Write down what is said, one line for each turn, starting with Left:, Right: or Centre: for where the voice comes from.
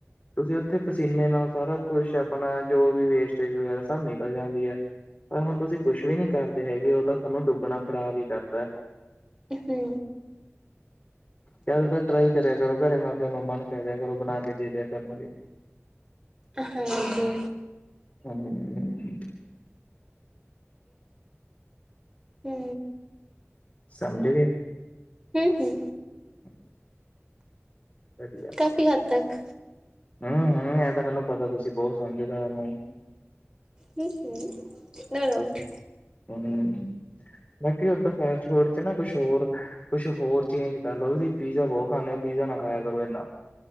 Left: ਤੁਸੀਂ ਓਥੇ ਪਸੀਨੇ ਨਾਲ ਸਾਰਾ ਕੁਛ ਆਪਣਾ ਜੋ ਵੀ ਵੇਸਟਜ ਵਗੇਰਾ ਸਭ ਨਿਕਲ ਜਾਂਦੀ ਐ। ਆ ਹੁਣ ਤੁਸੀਂ ਕੁਛ ਵੀ ਨੀ ਕਰਦੇ ਹੈਗੇ, ਓ ਤਾਂ ਤੁਆਨੂੰ ਦੁੱਗਣਾ ਖ਼ਰਾਬ ਈ ਕਰਦਾ।
Right: ਹੂੰ।
Left: ਜਾਦਾ ਤਰ ਟਰਾਈ ਕਰਿਆ ਕਰੋ ਘਰੇ ਮੈਂ ਆਪਣੇ ਮੰਮਾ ਨੂੰ ਕੈ ਦਿਆ ਕਰੋ ਬਣਾ ਕੇ ਦੇ ਦਿਆ ਕਰਨਗੇ।
Right: ਹਾਂਜੀ।
Left: <inaudible>
Right: ਹੂੰ
Left: ਸਮਝ ਗੇ।
Right: ਹੂੰ-ਹੂੰ।
Left: <inaudible> ਵਧੀਆ
Right: ਕਾਫੀ
Left: ਵਧੀਆ
Right: ਹੱਦ ਤੱਕ
Left: ਹੂੰ ਹੂੰ ਐਂ ਤਾਂ ਪਤਾ ਤੁਸੀਂ ਬੋਤ ਸਮਝਦਾਰ ਓ।
Right: ਹੂੰਹੂੰ-ਨੋ ਡਾਊਟ।
Left: <unintelligible> ਬਾਕੀ ਓਦਾਂ ਫਾਸਟ ਫੂਡ 'ਚ ਨਾ ਕੁਛ ਹੋਰ ਕੁਛ ਹੋਰ ਚੇਂਜ ਕਰ ਲੋ ਤੁਸੀਂ। ਪੀਜ਼ਾ ਬੋਤ ਖਾਂਣੇ, ਪੀਜ਼ਾ ਨਾ ਖਾਇਆ ਕਰੋ ਏਨਾ।